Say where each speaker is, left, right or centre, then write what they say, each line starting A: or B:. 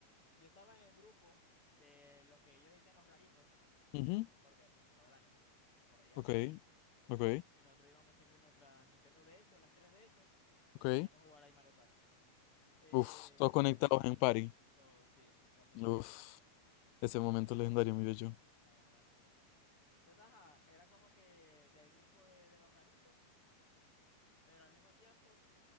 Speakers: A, on the left; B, on the left.
A: yo estaba en el grupo de los que ellos decían los raritos,
B: ujú.
A: porque nos gustaba el anime, o veíamos
B: Ok,
A: anime.
B: ok,
A: Y nosotros íbamos siempre en nuestra Nintendo DS o las 3DS y
B: ok.
A: nos poníamos a jugar ahí Mario Kart. Eh,
B: Uf, todos conectados en party.
A: Todo, sí, papi,
B: Uf,
A: eso era lo máximo.
B: ese momento legendario, mi bello.
A: Chamo, lo máximo. Entonces, ajá, era como que del grupo de, de los raritos, pero al mismo tiempo